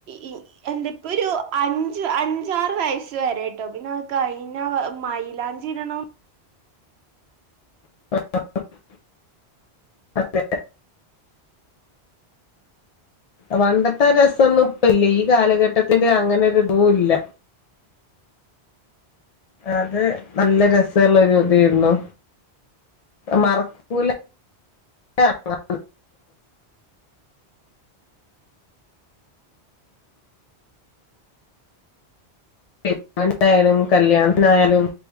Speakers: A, on the right; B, on the left.
A: ഈ എന്താപ്പൊരു ഒരു അഞ്ച് അഞ്ചാറ് വയസ്സ് വരെട്ടോ പിന്നെആഗ് കയിഞ്ഞ മൈലാഞ്ചിടണോ.
B: <unintelligible> അതെ പണ്ടത്തെ രസൊന്നുംപ്പല്ല ഈ കാലഘട്ടത്തിന്റെ അങ്ങനെ ഒരു ഇതും ഇല്ല. അത് നല്ല രസുള്ള ഒരു ഇതേരുന്നു. മറക്കൂല <unintelligible> എമെന്റാലും കല്യാൺത്നായാലും